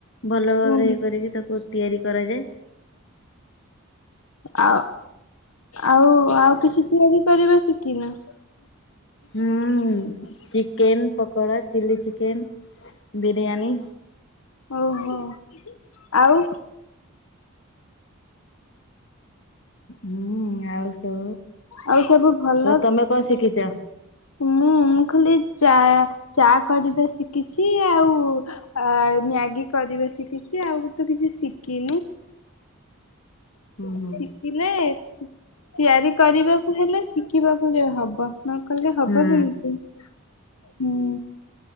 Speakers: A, on the left (about 55°); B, on the left (about 80°).
A: ଭଲ ଭାବରେ
B: ଉଁ
A: ଇଏ କରିକି ତାକୁ ତିଆରି କରାଜାଏ।
B: ଆ ଆଉ ଆଉ କିଛି ତିଆରି କରିବେ ଶ କି ନା।
A: ହୁଁ chicken pakora chilli chicken biryani.
B: ଓହୋ ଆଉ
A: ହୁଁ ଆଉ ତ
B: ଆଉ ସବୁ ଭଲ?
A: ତ ତମେ କଣ ଶିଖି ଚ
B: ମୁଁ ମୁଁ ଖାଲି ଚା ଚା କରିବା ଶିଖିଛି ଆଉ ଆ ମ୍ୟାଗି କରିବା ଶିଖିଛି ଆଉ ତ କିଛି ଶିଖିନି।
A: ହୁଁ
B: ଶିଖିଲେ
A: ହୁଁ
B: ତିଆରି କରିବାକୁ ହେଲେ ଶିଖିବାକୁ ହବ। ନ କଲେ ହବ
A: ହୁଁ
B: କେମିତି ହୁଁ।